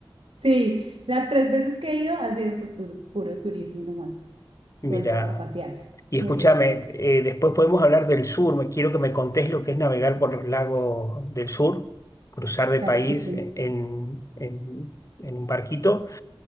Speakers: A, on the right; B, on the left.
A: Sí, las tres veces que he ido ha sido por tur- puro turismo nomás,
B: mirá.
A: solo a pasear.
B: Y
A: Muy
B: escúchame,
A: divertido,
B: eh, después podemos hablar del sur. Me quiero que me contés lo que es navegar por los lagos del sur, cruzar de
A: claro
B: país
A: que sí.
B: en, en- en- en un barquito,